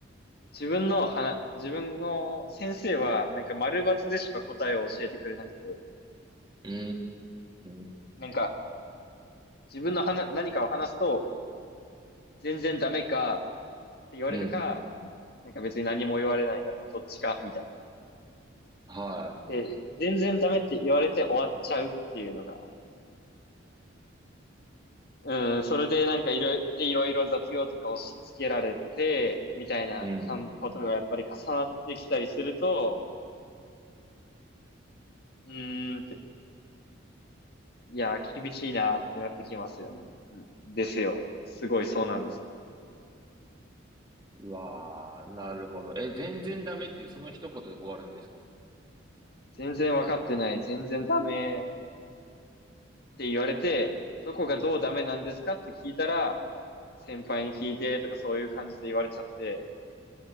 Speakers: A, on the left; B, on the right.
A: 自分の話、自分の先生はなんか丸抜でしか答えを教えてくれなくて、
B: うーん、
A: なんか自分の話、何かを話すと全然ダメかって言われるか、
B: うん、
A: なんか別に何も言われないかど、どっちかみたいな。
B: は
A: で、全然ダメって言われて終わっちゃうっていうのが、うん、それでなんかいろいろ、でいろいろ雑用とか押し付けられて、みたいなかんことがやっぱり重なってきたりすると、
B: い、うん。
A: うーんっていやー、厳しいなーってなってきますよね。ですよ。すごいそうなんですよね。
B: うわー、なるほど。え、全然ダメっていうその一言で終わるんですか
A: 全然わかってない、全然ダメって言われて、どこがどうダメなんですかって聞いたら、先輩に聞いてとかそういう感じで言われちゃって、